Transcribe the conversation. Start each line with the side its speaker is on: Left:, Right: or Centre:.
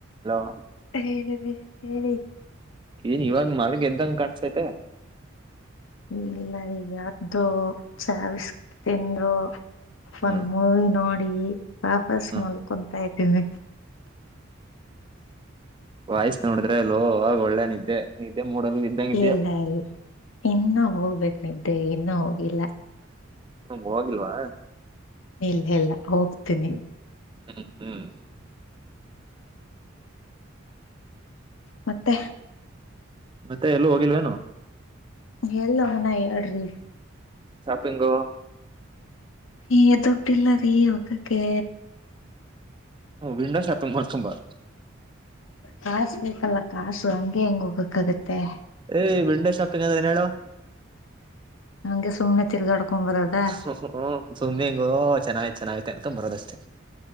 Right: Hello
Left: ಹೇಳರಿ ಹೇಳಿ
Right: ಏನ್ ಇವಾಗ ಮಲ್ಗ ಎದ್ದಂಗ ಕಾಣಸತೈತೆ
Left: ಇಲ್ಲ ರೀ ಯಾವ್ದೂ ಚಾವಿಸಕ್ ತಿಂದರು
Right: ಹ್ಮ್
Left: ಒಂದ್ ಮೂವಿ ನೋಡಿ ಹ್ಮ ವಾಪಸ್
Right: ಹ್ಮ್
Left: ಮಲ್ಕ ಕುಂತಯ್ತ <unintelligible>
Right: ವಾಯ್ಸ್ ನೋಡಿದ್ರೆ ಲೊ ಅಗ ಒಳ್ಳೆ ನಿದ್ದೆ ನಿದ್ದೆ ಮೂಡಲ್ಲಿ ಇದ್ದಂಗಿದ್ಯಾ
Left: ಇಲ್ಲ ಇಲ್ಲ ಇನ್ನ ಹೋಗ್ಬೇಕು ನಿದ್ದೆ ಇನ್ನೂ ಹೋಗಿಲ್ಲ
Right: ಹ ಹೋಗಿಲ್ವಾ
Left: ಇಲ್ಲ ಇಲ್ಲ ಹೋಗ್ತೀನಿ
Right: ಹ್ಮ್ ಹ್ಮ್ ಹ್ಮ್
Left: ಮತ್ತೆ
Right: ಮತ್ತೆ ಎಲ್ಲೂ ಹೋಗಿಲ್ವೇನು
Left: ಎಲ್ಲ ಹನ ಹೇಳ್ರಿ
Right: ಶಾಪಿಂಗು
Left: ನೀ ಎದುಡ್ಡಿಲ್ಲ ರೀ ಒಗಕ್ಕೆ
Right: ಹ ವಿಂಡೋ ಶಾಪಿಂಗ್ ಮಾಡ್ಕೊಂಡ್ ಬಾ
Left: ಕಾಸ್ ಬೇಕಲ್ಲ ಕಾಸು ಹಂಗೆ ಹೆಂಗ್ ಹೋಗಕ್ಕಾಗುತ್ತೆ
Right: ಏ ವಿಂಡೋ ಶಾಪಿಂಗ್ ಅಂದ ಏನು ಹೇಳು
Left: ಹಂಗೆ ಸುಮ್ನೆ ತಿರ್ಗಾಡ್ಕೊಂಡ್ ಬರೋದ
Right: ಹ ಸುಮ್ಮಿಂಗ ಚೆನ್ನಾಗಿ್ತ ಚೆನ್ನತ <unintelligible> ತೆಕ್ಕ್ಕ್ಮ ಂ ಬರೋದಷ್ಟೇ